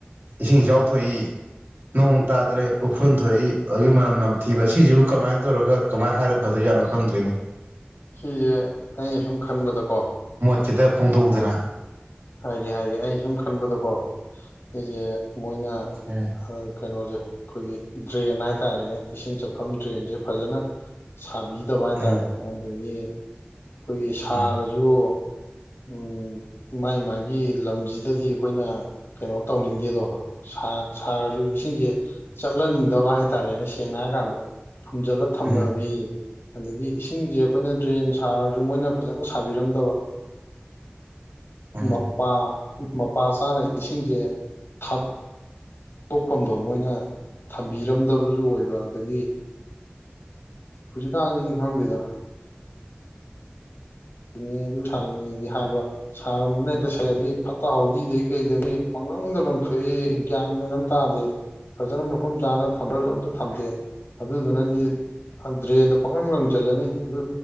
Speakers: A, on the right (about 70°); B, on the left (about 75°).
A: ꯏꯁꯤꯡ ꯏꯆꯥꯎ ꯊꯣꯛꯏ ꯅꯣꯡ ꯇꯥꯗ꯭ꯔꯦ ꯎꯐꯨꯟ ꯊꯣꯛꯏ ꯑꯗꯨꯒꯤ ꯃꯅꯝ ꯅꯝꯊꯤꯕ ꯁꯤꯁꯤꯕꯨ ꯀꯃꯥꯏꯅ ꯇꯧꯔꯒ ꯀꯃꯥꯏꯅ ꯍꯥꯏꯔ ꯐꯗꯣꯏ ꯌꯥꯠꯅꯣ ꯈꯪꯗ꯭ꯔꯣꯏꯅꯦ
B: ꯁꯤꯁꯦ ꯑꯩꯅ ꯁꯨꯝ ꯈꯟꯕꯗꯀꯣ
A: ꯈꯤꯇ ꯐꯣꯡꯗꯣꯛꯎꯗꯅ
B: ꯍꯥꯏꯒꯦ ꯍꯥꯏꯒꯦ ꯑꯩ ꯁꯨꯝ ꯈꯟꯕꯗꯀꯣ ꯑꯩꯁꯦ ꯃꯣꯏꯅ
A: ꯎꯝ
B: ꯍ ꯀꯩꯅꯣꯁꯦ ꯑꯩꯈꯣꯏꯒꯤ ꯗ꯭ꯔꯦꯟ ꯍꯥꯏꯇꯥꯔꯦꯅꯦ ꯏꯁꯤꯡ ꯆꯠꯐꯝ ꯗ꯭ꯔꯦꯟꯁꯦ ꯐꯖꯅ ꯁꯥꯕꯤꯗꯕ
A: ꯎꯝ
B: ꯍꯥꯏꯇꯥꯔꯦ ꯑꯗꯒꯤ ꯑꯩꯈꯣꯏꯒꯤ ꯁꯥꯔꯁꯨ
A: ꯎꯝ
B: ꯎꯝ ꯃꯥꯥꯏ ꯃꯥꯒꯤ ꯂꯝꯁꯤꯗꯗꯤ ꯑꯩꯈꯣꯏꯅ ꯀꯩꯅꯣ ꯇꯧꯅꯤꯡꯗꯦꯗꯣ ꯁꯥꯔꯁꯨ ꯏꯁꯤꯡꯁꯦ ꯆꯠꯍꯟꯅꯤꯡꯗꯕ ꯍꯥꯏꯇꯥꯔꯦꯅꯦ ꯁꯦꯡꯅ ꯍꯥꯏꯔꯀꯥꯟꯗ ꯐꯨꯝꯖꯜꯂ ꯊꯝꯅꯕꯤ
A: ꯎꯝ
B: ꯑꯗꯒꯤ ꯏꯁꯤꯡꯁꯦ ꯑꯩꯈꯣꯏꯅ ꯗ꯭ꯔꯦꯟ ꯁꯥꯔꯁꯨ ꯃꯣꯏꯅ ꯐꯖꯅ ꯁꯥꯕꯤꯔꯝꯗꯕ
A: ꯎꯝ ꯎꯝ
B: ꯃꯄꯥꯥ ꯃꯄꯥ ꯆꯥꯅ ꯏꯁꯤꯡꯁꯦ ꯊꯥ ꯊꯣꯛꯐꯝꯗꯣ ꯃꯣꯏꯅ ꯊꯝꯕꯤꯔꯝꯗꯕꯁꯨ ꯑꯣꯏꯕ ꯑꯗꯒꯤ ꯍꯧꯖꯤꯀꯥꯟ ꯗꯥꯥꯗꯤ ꯈꯡꯗꯦꯗ ꯅꯤ ꯑꯗꯨ ꯁꯥꯔꯤꯅꯦꯗꯤ ꯍꯥꯏꯕ ꯁꯥꯔꯝꯕꯅ ꯇꯁꯦꯡꯗꯒꯤ ꯐꯠꯇ ꯍꯥꯎꯊꯤꯗꯒꯤ ꯀꯩꯗꯒꯤ ꯄꯪꯂꯪꯗ ꯂꯪꯊꯣꯛꯏ ꯒ꯭ꯌꯥꯟ ꯃꯦꯟ ꯑꯃ ꯇꯥꯗꯦ ꯐꯖꯅ ꯃꯐꯝ ꯆꯥꯅ ꯊꯝꯕ꯭ꯔꯁꯨ ꯑꯝꯇ ꯊꯝꯗꯦ ꯑꯗꯨꯗꯨꯅꯗꯤ ꯗ꯭ꯔꯦꯟꯗ ꯄꯪꯂꯪ ꯂꯪꯁꯤꯜꯂꯅꯤ ꯑꯗꯨ